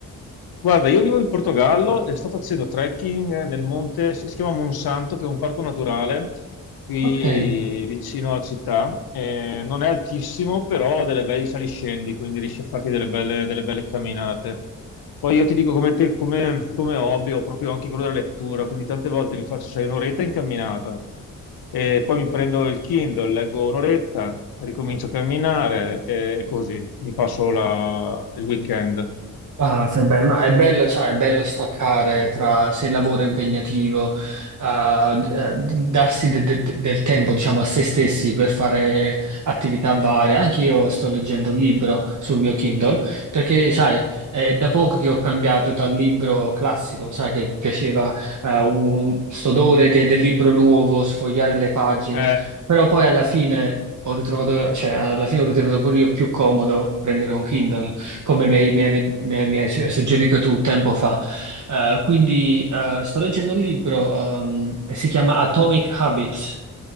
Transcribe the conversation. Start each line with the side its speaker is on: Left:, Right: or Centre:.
Left: Guarda, io vivo in Portogallo e sto facendo trekking nel monte, si si chiama Monsanto, che è un parco naturale qui
Right: Ok.
Left: vicino alla città. Eh, non è altissimo, però ha delle belle saliscendi, quindi riesci a farti delle belle, delle belle camminate. Poi io ti dico come, te, come, come hobby, ho proprio anche quello della lettura, quindi tante volte mi faccio, sai, un'oretta in camminata, e poi mi prendo il Kindle, leggo un'oretta, ricomincio a camminare e, e così mi passo la- il weekend.
Right: Ah, che bello. No, è bello, sai, è bello staccare tra se il lavoro è impegnativo, eh, d- eh, darsi de- de- de- del tempo, diciamo, a se stessi per fare attività varie. Anche io sto leggendo un libro sul mio Kindle, perché, sai, è da poco che ho cambiato dal libro classico, sai, che piaceva, eh, un, st'odore de- del libro nuovo, sfogliare le pagine,
Left: Eh,
Right: però poi alla fine ho ritrovato, cioè, alla fine ho ritenuto pure io più comodo prendere un Kindle come mi hai, mi hai- mi hai- mi hai suggerito tu tempo fa. Eh, quindi eh, sto leggendo un libro, ehm, si chiama Atomic Habits.